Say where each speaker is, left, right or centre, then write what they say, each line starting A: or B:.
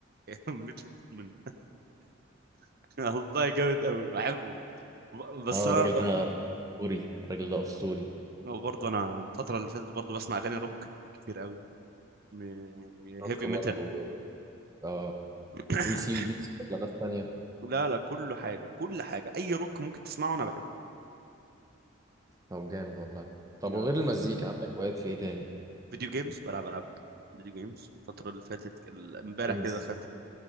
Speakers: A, on the right; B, on the right.
A: مترو بومن <laughs> والله جامد قوي بحبه ب- بس
B: اه
A: انا
B: الراجل ده اسطوري الراجل ده اسطوري
A: برضه انا الفتره اللي فاتت برضه بسمع اغاني روك كتير قوي م- يعني
B: روك
A: هيفي ميتال
B: برضه آه.
A: <coughs>
B: اي سي ودي سي ولا ناس تانية
A: لا لا كل حاجه كل حاجه اي روك ممكن تسمعه انا بحبه
B: طب جامد والله طب
A: يعني
B: وغير المزيكا عندك هوايات في ايه تاني
A: فيديو جيمز بلعب العاب فيديو جيمز الفتره اللي فاتت ك- امبارح
B: جيمز
A: كده دخلت